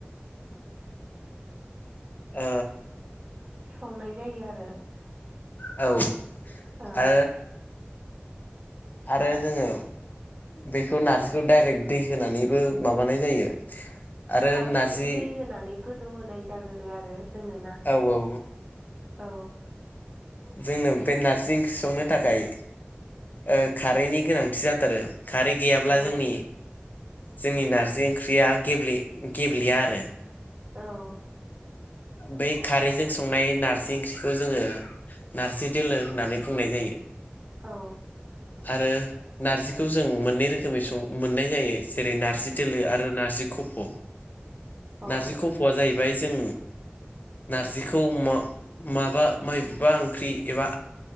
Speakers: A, on the left; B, on the right.
A: ओ
B: संनाय जायो आरो
A: औ
B: औ
A: आ आरो जोङो बेखौ नारजिखौ डायरेक्ट दै होनानैबो माबानाय जायो आरो
B: खारैजों
A: नारजि
B: दै होनानै गोदौ होनाय जागोरो आरो जोङोना
A: औ औ
B: औ
A: जोंनो बे नारजि ओंख्रि संनो थाखाय ओ खारैनि गोनांथि जाथारो खारै गैयाब्ला
B: औ
A: जोंनि जोंनि नारजि ओंख्रिया गेबलि गेबलिया आरो
B: औ
A: बै खारैजों संनाय नार्जि ओंख्रिखौ जोङो नारजि दोलो होननानै बुंनाय जायो
B: औ
A: आरो नारजिखौ जों मोननै रोखोमै सं मोननाय जायो जेरै नार्जि दोलो आरो नारजि खफ'
B: औ
A: नारजि खफ'आ जाहैबाय जों
B: <inaudible>
A: नारजिखौ मा माबा माइबबा ओंख्रि एबा